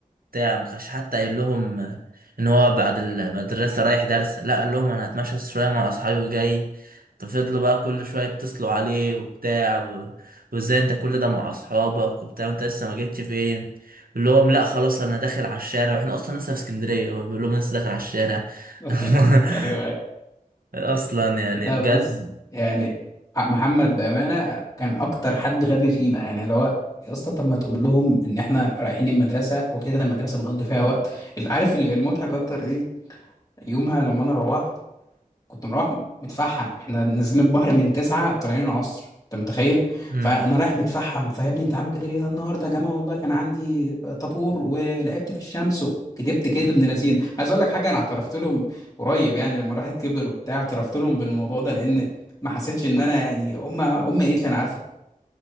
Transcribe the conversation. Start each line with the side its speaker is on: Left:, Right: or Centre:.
Right: بتاع ما كانش حتى قايل لهم آه، ان هو بعد المدرسه رايح درس لا قال لهم انا هتمشى شويه مع اصحابي وجاي ففضلوا بقى كل شويه يتصلوا عليه وبتاع و- وازاي انت كل ده مع اصحابك وبتاع انت لسه ما جيتش فين بيقول لهم لا خلاص انا داخل على الشارع واحنا اصلا لسه في اسكندريه هو بيقول لهم لسه داخل على الشارع
Left: <laughs>
Right: <laughs>
Left: ايوه
Right: اصلا يعني
Left: لا
Right: بجد
Left: بص يعني ع- محمد بأمانة كان أكتر حد غبي فينا يعني لو يا اسطى طب ما تقول لهم إن إحنا رايحين المدرسة وكده كده المدرسة بنقضي فيها وقت اللي عارف ال- المضحك أكتر إيه يومها لما أنا روحت كنت مروح متفحم احنا نازلين البحر من تسعة طالعين العصر انت متخيل
Right: مم.
Left: فانا رايح متفحم فيا انت عامل كده ليه النهارده يا جماعه والله كان عندي طابور ولعبت في الشمس وكدبت كدب ابن لذينه عايز اقول لك حاجه انا اعترفت لهم قريب يعني لما الواحد كبر وبتاع اعترفت لهم بالموضوع ده لان ما حسيتش ان انا يعني امي امي قالت لي انا عارفه